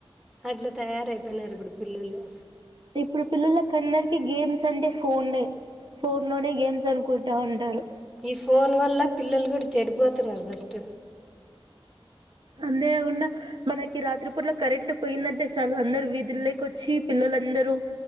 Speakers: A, in the centre; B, on the right.
A: అట్లా తయారయిపోయినారు ఇప్పుడు పిల్లొల్లు
B: ఇప్పుడు పిల్లలకందరికి గేమ్స్ అంటే ఫోనే ఫోనేలోనే గేమ్స్ అనుకుంటా ఉంటారు.
A: ఈ ఫోన్ వల్ల పిల్లలు కూడా చెడిపోతున్నారు ఫస్ట్
B: అంతేకుండా మనకి రాత్రిపూటల కరెంట్ పోయిందంటే చాలు అందరు వీధుల్లోకి వచ్చి పిల్లోలందరూ.